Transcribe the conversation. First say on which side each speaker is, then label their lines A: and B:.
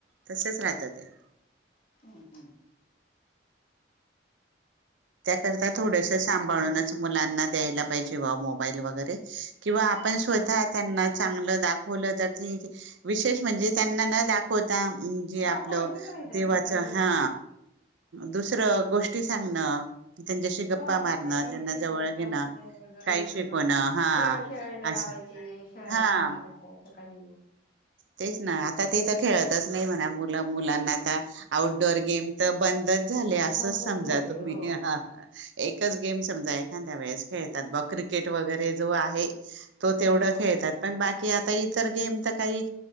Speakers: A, on the right; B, on the left.
A: तसच राहतं ते
B: हम्
A: त्याकरता थोडस सांभाळूनच मुलांना द्यायला पाहिजे मोबाईल वगैरे किंवा आपण स्वतः त्यांना चांगलं दाख दाखवता विशेष म्हणजे त्यांना न दाखवता त्या म्हणजे
B: दाखवायचंच
A: आपलं
B: नाही त्यांना
A: देवाचं
B: काही असं
A: हा दुसरं गोष्टी सांगणं त्यांच्याशी
B: ह
A: गप्पा मारणं
B: काही
A: त्यांना
B: शिकवायचं
A: जवळ घेणं
B: असं वेगवेगळं
A: काही
B: दुसरं
A: शिकवणं हा
B: खेळ खेळाला लावायचं
A: असं
B: खेळायला
A: हा
B: लावायचं असं काही
A: तेच ना आता ते तर खेळतच नाही म्हणा मुलं मुलांना आता आउटडोअर गेम तर बंदच झाले असंच
B: बंदच
A: समजा
B: झाले
A: तुम्ही
B: हो
A: ह एकच गेम समजा एखाद्या वेळेस खेळतात ब क्रिकेट वगैरे जो आहे तो तेवढं
B: ह
A: खेळतात, पण बाकी आता इतर गेम तर काही